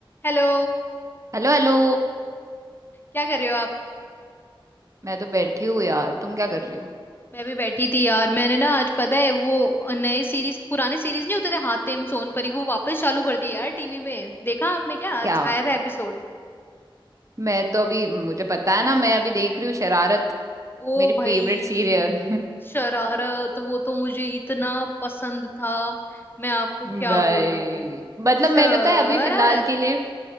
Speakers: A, on the left; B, on the right.
A: Hello
B: Hello hello
A: क्या कर रहे हो आप
B: मैं तो बैठी हूँ यार तुम क्या कर रही हो
A: मैं भी बैठी थी यार मैंने ना आज पता है वो नए सीरीज पुराने सीरीज नहीं होते थे हातिम सोनपरी वो वापस चालू कर दिए यार टीवी में देखा आपने क्या आज
B: क्या
A: आया था एपिसोड
B: मैं तो अभी मुझे पता है ना मैं अभी देख रही हूँ शरारत
A: ओ
B: मेरी
A: भाई
B: फेवरेट सीरियल
A: शरारत वो तो मुझे इतना
B: <laughs>
A: पसंद था मैं आपको
B: भाई
A: क्या बोलूं
B: मतलब
A: शरारत
B: मैं पता है अभी फिलहाल के लिए